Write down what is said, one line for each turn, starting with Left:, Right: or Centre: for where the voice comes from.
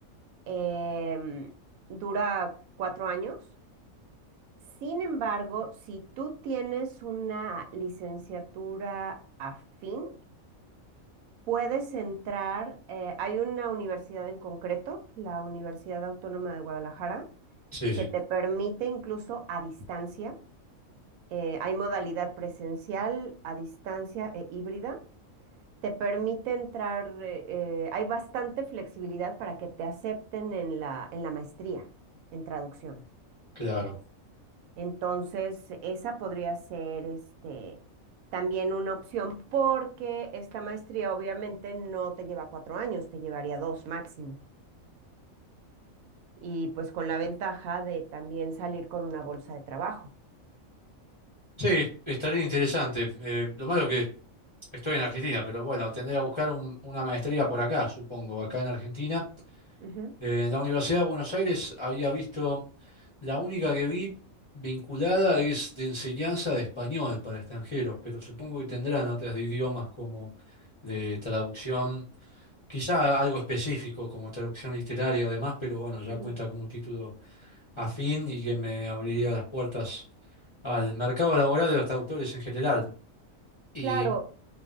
Right: em, dura cuatro años. Sin embargo, si tú tienes una licenciatura afín, puedes entrar, eh, hay una universidad en concreto, la Universidad Autónoma de Guadalajara,
Left: sí,
Right: que
Left: sí,
Right: te permite incluso a distancia, eh, hay modalidad presencial, a distancia e híbrida, te permite entrar, eh, eh, hay bastante flexibilidad para que te acepten en la, en la maestría en traducción.
Left: claro.
Right: Entonces, esa podría ser este, también una opción porque esta maestría obviamente no te lleva cuatro años, te llevaría dos máximo. Y pues con la ventaja de también salir con una bolsa de trabajo.
Left: Sí, estaría interesante. Eh, lo malo que estoy en Argentina, pero bueno, tendré que buscar un- una maestría por acá, supongo, acá en Argentina.
Right: Ujú,
Left: Eh, en la Universidad de Buenos Aires había visto La única que vi vinculada es de enseñanza de español para extranjeros, pero supongo que tendrán otras de idiomas como de traducción, quizá algo específico como traducción literaria o demás, pero bueno, ya
Right: ujú.
Left: cuenta como un título afín y que me abriría las puertas al mercado laboral de los traductores en general. Y
Right: Claro,